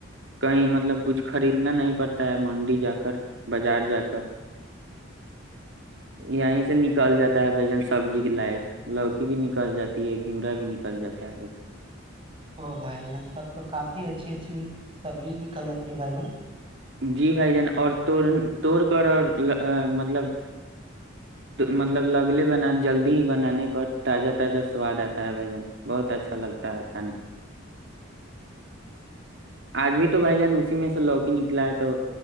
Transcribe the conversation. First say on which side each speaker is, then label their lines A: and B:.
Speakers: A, on the right; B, on the right.
A: کہیں مطلب کچھ خریدنا نہیں پڑ منڈی جا کر بازار جا کر یہیں سے نکل جاتا ہے بھائی جان سبزی کے لائق لوکی بھی نکل جاتی ہے گھیورا بھی نکل جاتا ہے بھا
B: ہو بھائی جان تب تو کافی ا اچھی اچھی سبزی نکل جاتی ہے بھائی جان
A: جی بھائی جان اور توڑ توڑ کر اور مطلب مطلب لگلے بنا جلدی ہی بنانے پر تازہ تازہ سواد آتا ہے بھ جان بہت اچھا لگتا ہے کھانے آج بھی تو بھائی جان اسی میں سے لوکی نک لائے تو